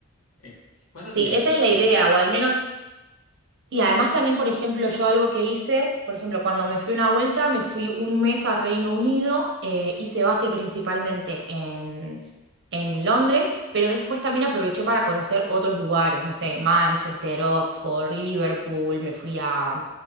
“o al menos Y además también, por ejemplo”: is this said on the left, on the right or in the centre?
Right